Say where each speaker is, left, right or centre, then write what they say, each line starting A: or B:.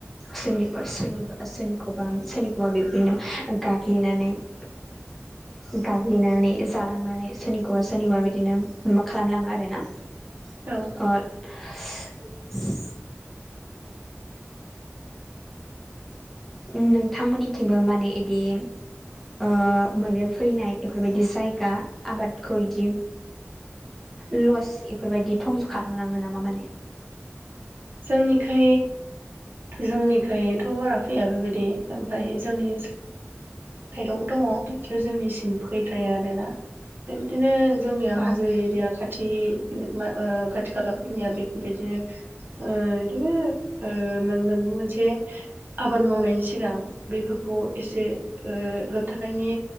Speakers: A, in the centre; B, on the right (about 45°).
A: सोरनिबा सोरनिबा सोरनिखौबा सोरनिखौबा बिबदिनो गाग्लिनानै। <inaudible> <inaudible> गाग्लिनानै जालांनानै सोरनिखौबा सोरनिबा बिदिनो माबा खालामलाङो आरो ना।
B: औ।
A: <inaudible> नोंथांमोननिथिंबो माने इदि ओ मैदेर फैनाय। एफोरबायदि जायगा आबादखौ इदि लस एफोरबायदि थंस' खालामलाङो नामा माने?
B: जोंनिखै जोंनिखैथ' बारा फैया बेबायदि ओमफाय जोंनि साइदआव बो दङ खिनथु जोंनिसिम फैद्राया आरो ना। बे बादिनो जोंनिया
A: औ
B: हाजो एरिया खा थि मा ओ खाथि खालाफोरनिया बेफोरबायदिनो। ओ इदिनो ओ मोन मोन मोनसे। आबाद मावनायनि सिगां बेफोरखौ एसे। ओ होबथानायनि